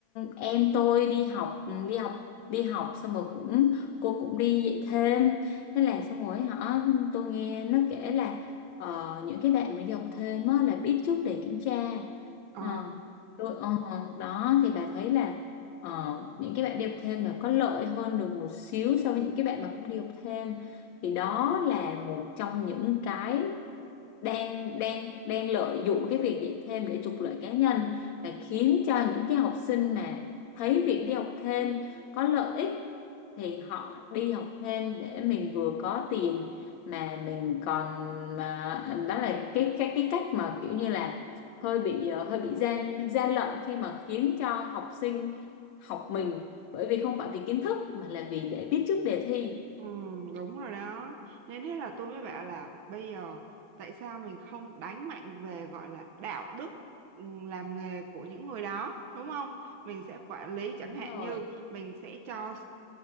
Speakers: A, on the left; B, on the right.
A: em tôi đi học ừ, đi học đi học xong rồi cũng cô cũng đi dạy thêm thế là xong rồi họ tôi nghe nó kể là ờ, những cái bạn mới đi học thêm á là biết trước để kiểm tra
B: Ồ,
A: Ờ, tôi ờ, đó thì bà thấy là ờ, những cái bạn đi học thêm là có lợi hơn được một xíu so với những cái bạn mà không đi học thêm thì đó là một trong những cái đang đang đang lợi dụng cái việc dạy thêm để trục lợi cá nhân là khiến cho những cái học sinh mà thấy việc đi học thêm có lợi ích thì họ đi học thêm để mình vừa có tiền mà mình còn mà đó là cái cái cái cách mà kiểu như là hơi bị ờ, hơi bị gian gian lận khi mà khiến cho học sinh học mình bởi vì không phải vì kiến thức mà là vì để biết trước đề thi
B: ừ, đúng rồi đó. Nên thế là tôi mới bảo là bây giờ tại sao mình không đánh mạnh về gọi là đạo đức ừ, làm nghề của những người đó, đúng không? Mình sẽ quản lý chẳng
A: đúng
B: hạn
A: rồi
B: như mình sẽ cho